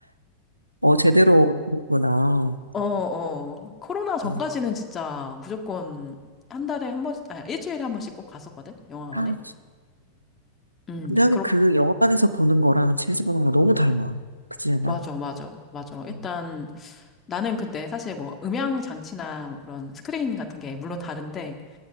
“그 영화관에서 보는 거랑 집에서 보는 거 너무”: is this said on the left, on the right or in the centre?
Right